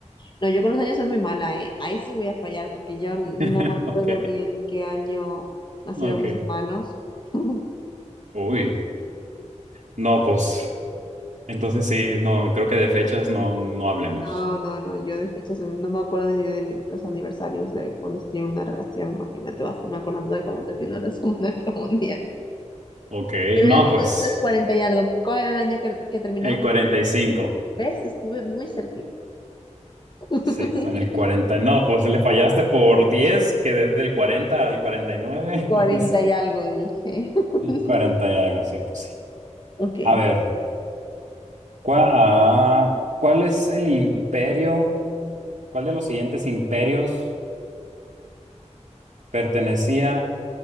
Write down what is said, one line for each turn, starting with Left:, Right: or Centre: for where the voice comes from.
Left: No, yo con los años soy muy mala, ¿eh? Ahí sí voy a fallar porque yo no
Right: <laughs>
Left: me acuerdo
Right: Ok,
Left: ni en qué año nacieron
Right: ok.
Left: mis hermanos. <laughs>
Right: Uy, no, pues. Entonces sí, no, creo que de fechas no, no hablemos.
Left: No, no, no, yo de fechas mm, no me acuerdo ni de mi- los aniversarios de cuando estuve en una relación, imagínate, vas a estarme acordando de cuando terminó la <laughs> Segunda Guerra Mundial.
Right: Ok,
Left: Pero
Right: no,
Left: era 1940
Right: pues.
Left: y algo, ¿cuál era el año que, que terminó?
Right: El cuarenta y cinco
Left: ¿Ves? Estuve muy cerquita. <laughs>
Right: Sí, con el cuarenta No, pues le fallaste por 10 que desde el 40 al 49,
Left: 40
Right: <laughs> pues
Left: y algo, dije. <laughs>
Right: 40 y algo, sí, pues sí.
Left: Ok.
Right: A ver, ¿cuál, ah, ¿cuál es el imperio? ¿Cuál de los siguientes imperios pertenecía